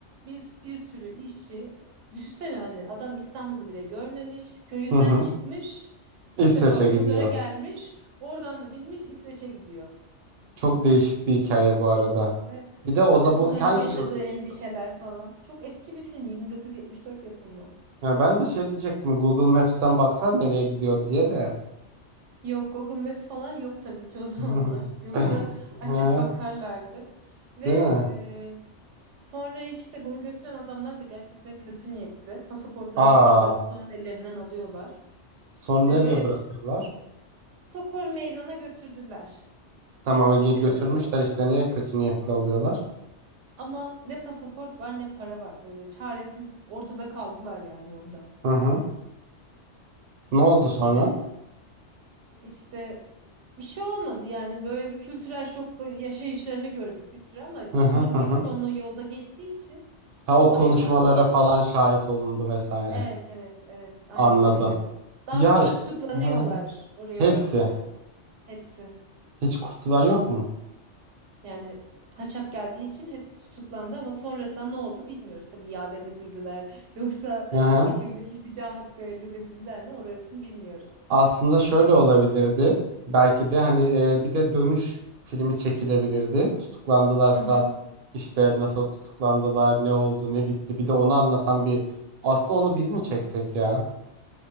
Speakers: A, on the right (about 80°); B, on the right (about 60°).
A: bir, bir sürü işçi düşünsene hani adam İstanbul'u bile görmemiş köyünden
B: Hı hı.
A: çıkmış ilk
B: İsveç'e
A: defa otogara
B: gidiyor.
A: gelmiş oradan da binmiş İsveç'e gidiyor.
B: Çok değişik bir hikaye bu arada.
A: Ve
B: Bir de Oza
A: işte bunların
B: bu hangi
A: yaşadığı
B: yıl geçiyor?
A: endişeler falan. Çok eski bir film değil, 1974 yapımı.
B: Ha, ben de şey diyecektim. Google Maps'ten baksan nereye gidiyor diye de.
A: Yok Google Maps falan yok tabii ki o <laughs> zamanlar.
B: <laughs>
A: Yoksa
B: Hı hı.
A: açıp bakarlardı. Ve
B: Değil mi?
A: e, sonra işte bunu götüren adamlar da gerçekten kötü niyetli. Pasaportlarını,
B: Aa,
A: paralarını falan ellerinden alıyorlar.
B: sonra
A: Ve
B: nereye
A: böyle
B: bırakıyorlar?
A: Stockholm meydana götürdüler.
B: Tamam Ege
A: Gittiler
B: götürmüşler
A: oraya.
B: işte niye kötü niyetli oluyorlar?
A: Ama ne pasaport var ne para var. Böyle çaresiz ortada kaldılar yani orada.
B: Hı hı. Ne oldu sonra?
A: hani İşte bir şey olmadı yani böyle bir kültürel şokla yaşayışlarını gördük bir süre ama
B: Hı
A: filmin
B: hı hı
A: büyük
B: hı.
A: çoğunluğu yolda geçtiği için
B: Ha
A: hani
B: o
A: oraya
B: konuşmalara
A: vardılar.
B: falan şahit olundu vesaire.
A: Evet evet evet aynen
B: Anladım.
A: öyle. Daha
B: Ya
A: sonra
B: işte
A: tutuklanıyorlar
B: hı hı.
A: oraya
B: Hepsi.
A: varınca hepsi.
B: Hiç kurtulan yok mu?
A: Yani kaçak geldiği için hepsi tutuklandı ama sonrasında ne oldu bilmiyoruz. Tabii iade mi edildiler <laughs> yoksa
B: Hı hı.
A: bir şekilde iltica hakkı elde edebildiler mi orasını bilmiyoruz.
B: Aslında şöyle olabilirdi. Belki de hani e, bir de dönüş filmi çekilebilirdi. Tutuklandılarsa
A: Hı hı.
B: işte nasıl tutuklandılar, ne oldu, ne bitti. Bir de onu anlatan bir aslında onu biz mi çeksek ya?